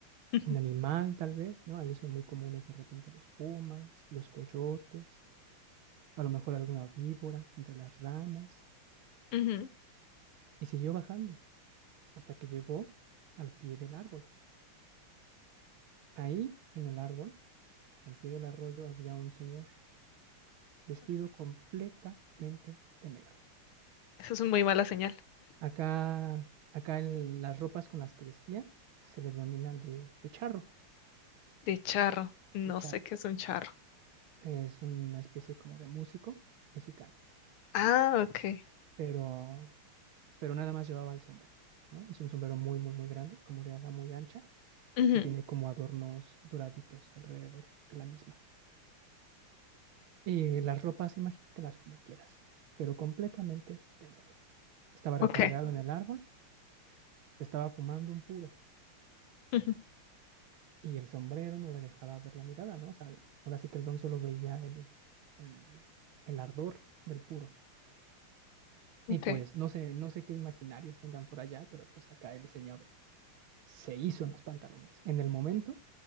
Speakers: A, on the left (about 80°); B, on the right (about 70°).
A: <laughs>
B: Un animal, tal vez, ¿no? Ahí son muy comunes de repente los pumas, los coyotes, a lo mejor alguna víbora entre las ramas.
A: Ujú.
B: Y siguió bajando hasta que llegó al pie del árbol. Ahí, en el árbol, al pie del arroyo, había un señor vestido completamente de negro.
A: Eso es una muy mala señal.
B: Acá, acá el- las ropas con las que vestía se le denominan de, de charro,
A: De charro. No
B: de charro.
A: sé qué es un charro.
B: Es una especie como de músico mexicano,
A: Ah, ok.
B: pero, pero nada más llevaba el sombrero, ¿no? Es un sombrero muy, muy, muy grande, como de ala muy ancha,
A: Ujú.
B: que tiene como adornos doraditos alrededor de la misma. Y las ropas, imagínatelas como quieras, pero completamente de negro. Estaba recargado
A: Okay,
B: en el árbol, se estaba fumando un puro.
A: Ujú.
B: Y el sombrero no le dejaba ver la mirada, ¿no? O sea, ahora sí que el don solo veía el, el, el ardor del puro.
A: okay,
B: Y pues no sé, no sé qué imaginarios tengan por allá, pero pues acá el señor se hizo en los pantalones. En el momento